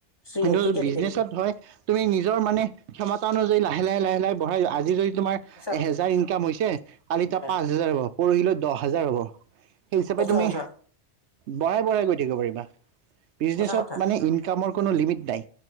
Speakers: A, on the left (about 20°); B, on the right (about 75°).
A: চি
B: কিন্তু
A: ঠিকে
B: বিজনেচত
A: ঠিকে ঠিকে
B: হয় তুমি নিজৰ মানে ক্ষমতা অনুযায়ী লাহে, লাহে, লাহে, লাহে বঢ়াই আজি যদি তোমাৰ
A: সঁচা
B: এহেজাৰ
A: কথা
B: ইনকাম হৈছে, কালি তাৰ
A: হয়
B: পাঁচ
A: হয়
B: হোজাৰ হব, পৰহিলৈ দহ হাজাৰ হ'ব। সেই হিচাপে
A: সঁচা
B: তুমি
A: সঁচা
B: বঢ়াই, বঢ়াই গৈ থাকিব পাৰিবা বিজনেচত
A: সঁচা কথা
B: মানে, কামৰ কোনো লিমিট নাই।